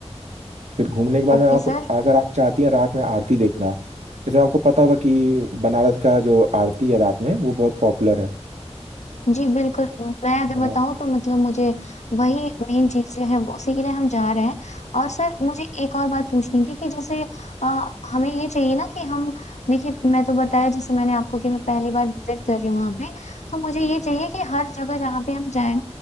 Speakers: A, on the right; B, on the left.
A: फिर घूमने के बाद
B: Okay
A: में आप
B: sir
A: अगर आप चाहती हैं रात में आरती देखना जैसे आपको पता होगा कि बनारस का जो आरती है रात में वो बहुत पॉपुलर है
B: जी बिल्कुल मैं अगर
A: हाँ
B: बताऊं तो मतलब मुझे वही मेन चीज जो है वो उसी के लिए हम जा रहे हैं और सर मुझे एक और बात पूछनी थी कि जैसे अ, हमें ये चाहिए ना कि हम देखिए मैं तो बताया जैसे मैंने आपको कि मैं पहली बार विजिट कर रही हूँ वहाँ पे तो मुझे ये चाहिए कि हर जगह जहाँ पे हम जाएं